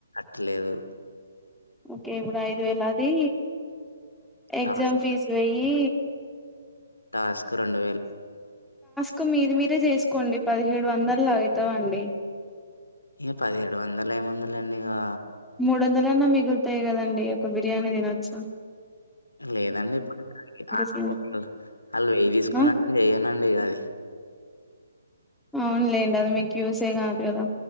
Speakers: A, on the left; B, in the centre.
A: తుళ్లులేదు
B: ఓకే ఇప్పుడ్ ఐదు వేల్ అది ఎగ్జామ్
A: టాస్క్
B: ఫీజు వేయి
A: టాస్క్ రొండు వేల్
B: కు మీద్ మీరే జేసుకోండి. పదిహేడు వందలా అయితవండి.
A: ఇగా పదిహేడు వందలు ఏముంది లేండి. ఇగా
B: మూడోందాలన్న మిగుల్తాయ్ కదండి. ఒక బిర్యానీ దినొచ్చు.
A: లేదండి. ఇప్పుడు దిసుకోడానికి అల్
B: సంగతి
A: ఓ అల్ వేయి దిసుకొనండి
B: ఆ
A: ఏయనండి ఇగ అది.
B: అవున్ లేండి. అది మీకు యూసే కాదు కదా